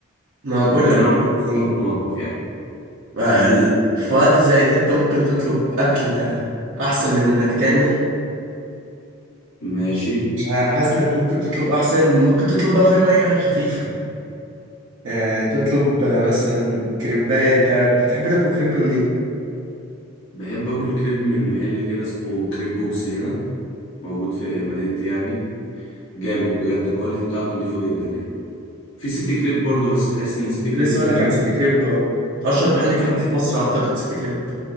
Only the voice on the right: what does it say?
ما بقول
لك
بقى،
يعني
بقى ال- في وقت زي ده انت ممكن تطلب اكل احسن من انك تعمل
مش ع- حاسس انك ممكن تطلب احسن ممكن تطلب بقى فاهم اي حاجه خفيفه آه تطلب آه، مثلا كريبايه انت بتحب تاكل كريب منين
لسه
اقول لك عن سيتي
كريب اهو اشهر محل كريب
في مصر اعتقد سيتي كريب